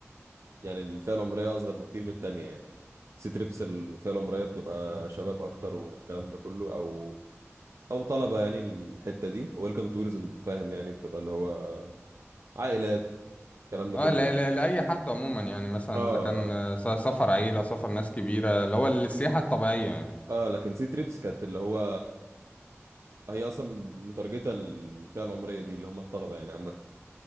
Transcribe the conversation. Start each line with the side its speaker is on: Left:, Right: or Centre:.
Right: يعني الفئة العمرية أصغر بكتير من التانية يعني سي تريبس الفئة العمرية بتبقى شباب أكتر والكلام ده كله أو أو طلبة يعني الحتة دي ويلكم تورز أنت فاهم يعني بتبقى اللي هو عائلات الكلام ده
Left: اه
Right: كله
Left: لا
Right: يعني
Left: لا لاي حد عموما يعني مثلا
Right: اه
Left: اذا كان
Right: اه
Left: آه، س- سفر عيله سفر ناس كبيره اللي هو السياحه الطبيعيه يعني
Right: آه، لكن سي تريبس كانت اللي هو هي اصلا مترجته الفئه العمريه دي اللي هم الطلبه يعني عامه